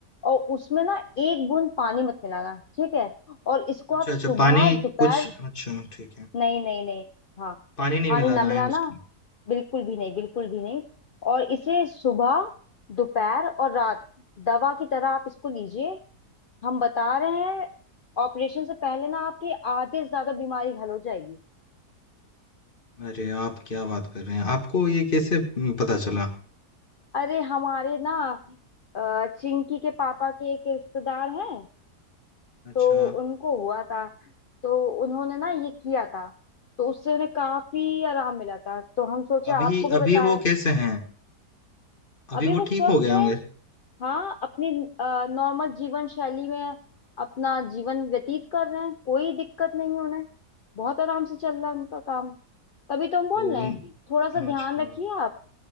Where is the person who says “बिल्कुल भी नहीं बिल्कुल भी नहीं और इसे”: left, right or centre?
Left